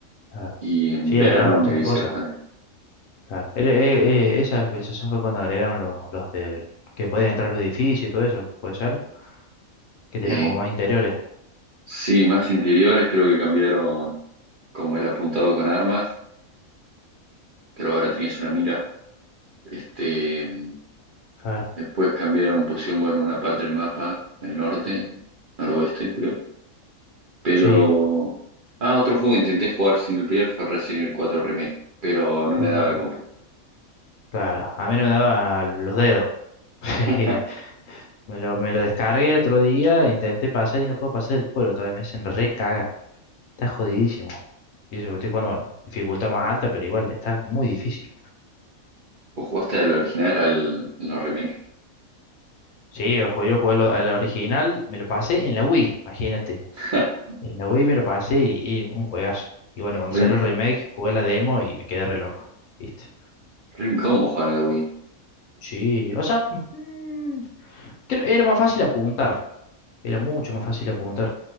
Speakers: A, on the left (about 70°); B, on the right (about 45°).
A: claro.
B: y en
A: Sí,
B: verano
A: agregaron un montón
B: me vicié
A: de cosas.
B: bastante.
A: Claro. Eh, eh, eh, esa actualización fue cuando agregaron los, los del... que podías entrar a los edificios y todo eso, puede ser, que tenían
B: En
A: como más interiores.
B: Sí, más interiores, creo que cambiaron como el apuntado con armas, pero ahora tenías una mira. Este, mm,
A: Claro.
B: después cambiaron, pusieron, bueno, una parte del mapa, el norte, noroeste, creo. Pero,
A: Sí.
B: ah, otro juego que intenté jugar single player fue Resident Evil cuatro Remake, pero no
A: Uh,
B: me daba la compu.
A: claro. A mí no me daba los dedos. <laughs>
B: <laughs>
A: Me lo, me lo descargué el otro día e intenté pasar y no puedo pasar del pueblo. Todavía me hacen re caga. Está jodidísimo. Y eso que lo estoy jugando, bueno, dificultad más alta, pero igual, está muy difícil.
B: ¿Vos jugaste al original, al no remake?
A: Sí, yo jugué, yo jugué lo- al original, me lo pasé en la Wii, imagínate.
B: <laughs>
A: En la Wii me lo pasé y, y un juegazo. Y bueno, cuando
B: Rin,
A: salió el remake, jugué la demo y me quedé re loco, ¿viste?
B: Rin, ¿cómo jugar en la Wii?
A: Sí, o sea, mm, creo- era más fácil apuntar, era mucho más fácil apuntar.